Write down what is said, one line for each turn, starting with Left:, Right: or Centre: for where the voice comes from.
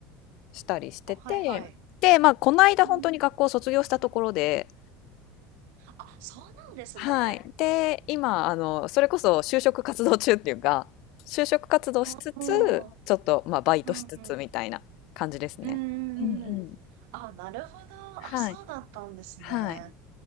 Left: したりしてて、
Right: あ、はい、はい。
Left: で、まあ、この間本当に学校を卒業したところで、
Right: うん。あ、そうなんですね。
Left: はい。で、今、あの、それこそ就職活動中っていうか、就職活動しつつ、
Right: うん。うん、
Left: ちょっと、まあ、バイトしつつみたいな感じですね。
Right: うん、うん。うーん。
Left: うんうん。
Right: あ、なるほど。
Left: はい。
Right: あ、そうだったんですね。
Left: はい。